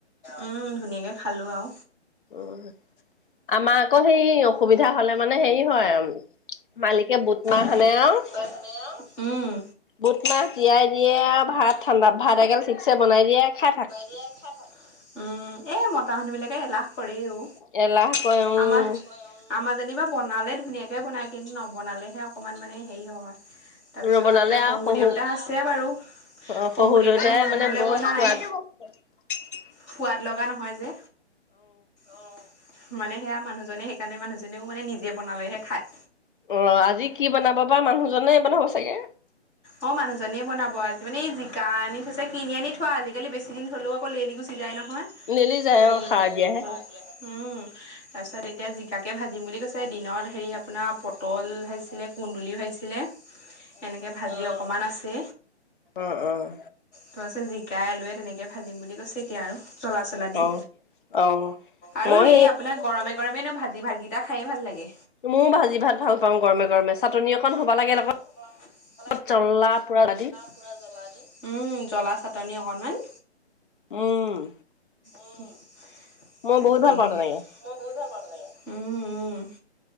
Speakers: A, on the left; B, on the left.
A: উম ধুনীয়াকে খালো আও।
B: উম। আমাৰ আকৌ সেই অসুবিধা হলে মানে হেৰি হয় মালিকে বুট মাহ
A: মালিকে
B: সানে আৰু
A: বুট লাই খনে আও উম।
B: বুট মাহ তিয়াই দিয়ে আও ভাত ঠাণ্ডা ভাত এগেল ঠিকছে বনাই দিয়ে আও খায় থাক।
A: দিয়ে খায় থাক। উম এ মতা মানুহবিলাকে এলাহ কৰে ঔ
B: এলাহ কৰে উম,
A: আমাৰ আমাৰ যেনিবা বনালে ধুনীয়াকৈ বনায় কিন্তু নবনালেহে অকণমান মানে হেৰি হয়। তাৰপিছত
B: নবনালে
A: শহুৰ
B: আৰু শহু
A: দেউতা আছে বাৰু,
B: অ' শহু
A: শহুৰ দেউতাই মন
B: মানে
A: গ'লে
B: বৰ
A: বনায়।
B: সোৱাদ <unintelligible>
A: সোৱাদ লগা নহয় যে। অ মানে সেয়া মানুহজনে সেইকাৰণে মানুহজনেও মানে নিজে বনালেহে খায়।
B: অ আজি কি বনাব বা মানুহজনে বনাব চাগে?
A: অ মানুহজনে বনাব, আজি মানে জিকা আনি থৈছে কিনি আনি থোৱা আজিকালি বেছি দিন হ'লেও আকৌ লেলি গুছি গুচি যায় নহয়
B: নেলি যায়
A: এই
B: সাৰ
A: অ
B: দিয়াহে
A: হয়। উম তাৰপিছত এতিয়া জিকাকে ভাজিম বুলি কৈছে দিনত হেৰি আপোনাৰ পটল ভাজিছিলে কুন্দুলি ভাজিছিলে। এনেকে ভাজি অকমান আছে।
B: অঁ অঁ।
A: টো আছে জিকাই আলুৱে তেনেকে ভাজিম বুলি কৈছে এতিয়া আৰু। জলা চলা দি,
B: অ' অ'
A: আৰু
B: মই
A: হেৰি আপোনাক গৰমে গৰমে ন ভাজি ভাজি এটা খায় ভাল লাগে।
B: মইও ভাজি ভাত ভাল পাওঁ। গৰমে গৰমে চাটননি অকন হব লাগে লগত
A: <unintelligible>
B: জল্লা পুৰা আ দি
A: পোৰা জলা দি উম, জলা চাটনি অকনমান
B: উম',
A: উম',
B: মই
A: তাকেহে
B: বহুত ভাল পাওঁ তেনেকে
A: মই বহুত ভাল পাওঁ তেনেকে, উম, উম,